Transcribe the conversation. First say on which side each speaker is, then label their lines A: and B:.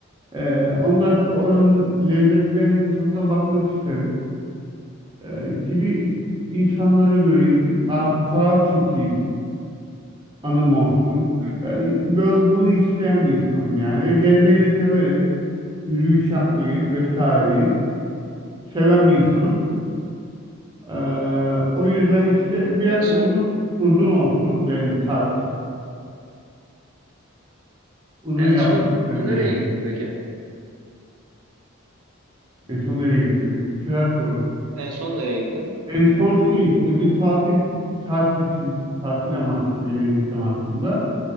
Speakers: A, on the right; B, on the right.
A: E, ondan sonra oranın lezzetlerinin tadına bakmak isterim. E, gibi insanları göreyim. Ben fotoğraf çekeyim. Anım olsun.
B: hı hı.
A: Yani böyle, bunu isteyen bir insanım yani. Ve gezmeyi de severim. Yürüyüş yapmayı vesaireyi seven bir insanım. E, o yüzden işte biraz
B: En son
A: uzun uzun
B: hı.
A: olsun benim tatil. Uzun
B: en
A: yapmak
B: son
A: isterim
B: nereye
A: yani.
B: gittin peki?
A: En son nereye gittim? Güzel soru.
B: En son nereye gittin?
A: En
B: Hı hı,
A: son şey işte bir tatil tatil için tatil amaçlı bir yere gittim aslında.